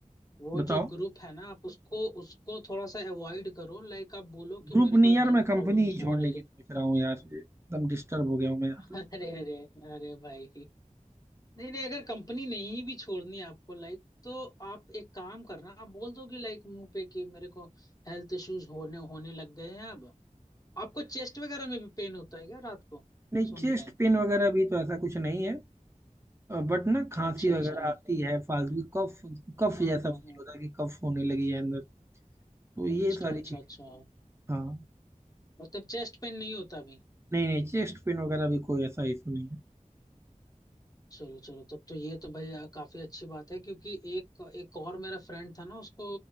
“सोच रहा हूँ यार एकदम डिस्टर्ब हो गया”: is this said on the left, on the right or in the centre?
Right